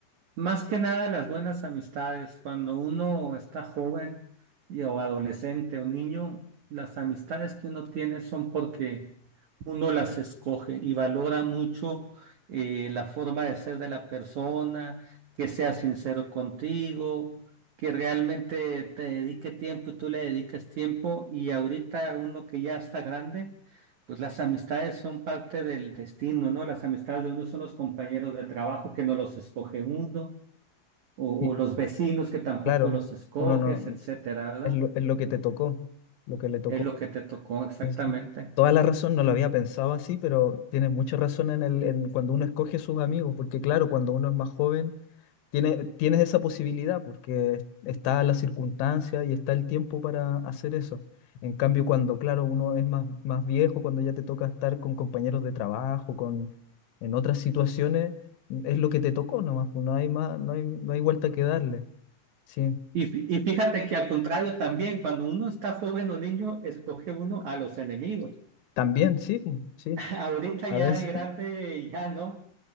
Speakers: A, on the right (about 90°); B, on the left (about 75°).
A: Más que nada las buenas amistades. Cuando uno está joven y, o adolescente o niño, las amistades que uno tiene son porque uno las escoge y valora mucho eh, la forma de ser de la persona, que sea sincero contigo, que realmente te dedique tiempo y tú le dediques tiempo. Y ahorita uno que ya está grande, pues las amistades son parte del destino, ¿no? Las amistades de uno son los compañeros de trabajo que no los escoge uno o,
B: Y
A: o los vecinos que tampoco
B: claro,
A: los escoges,
B: uno no,
A: etcétera, ¿verdad?
B: es lo, es lo que te tocó, lo que le tocó.
A: Es lo que te tocó exactamente.
B: Es toda la razón, no lo había pensado así, pero tiene mucha razón en el, en cuando uno escoge sus amigos, porque claro, cuando uno es más joven, tiene, tienes esa posibilidad, porque es- está la circunstancia y está el tiempo para hacer eso. En cambio, cuando, claro, uno es más, más viejo, cuando ya te toca estar con compañeros de trabajo, con, en otras situaciones, es lo que te tocó nomás, pues, no hay más, no hay, no hay vuelta que darle. Sí,
A: Y, fí- y fíjate que al contrario también, cuando uno está joven o niño, escoge uno a los enemigos.
B: también, sí, pues, sí,
A: <laughs> Ahorita
B: a
A: ya
B: veces.
A: de grande, ya no.